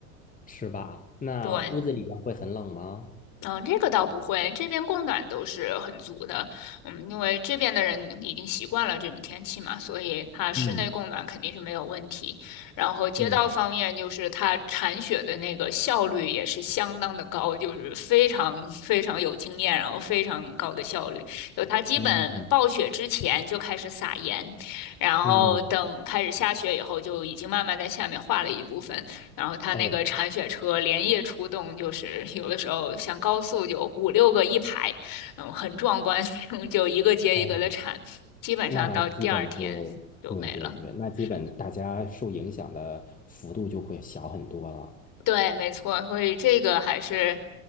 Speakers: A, on the left (about 20°); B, on the left (about 50°).
A: 是吧？那屋子里边会很冷吗？
B: 对，嗯，这个倒不会，这边供暖都是很足的。嗯，因为这边的人已经习惯了这种天气嘛，所以它室内供暖肯定是没有问题。
A: 嗯
B: 然后街道方面，
A: 嗯
B: 就是它铲雪的那个效率也是相当的高，就是非常非常有经验，然后非常高的效率。就它基本暴雪之前就开始撒盐，
A: 嗯嗯，
B: 然后等开始下雪以后，
A: 嗯。
B: 就已经慢慢在下面化了一部分。然后他那个铲雪车连夜出动，
A: 哦
B: 就是有的时候像高速就五六个一排，嗯，很壮观，<laughs> 就一个接一个的铲，
A: 哦，
B: 基本上到第二天就没了。
A: 那基本就对对对，那基本大家受影响的幅度就会小很多了。
B: 是的，对，没错，所以这个还是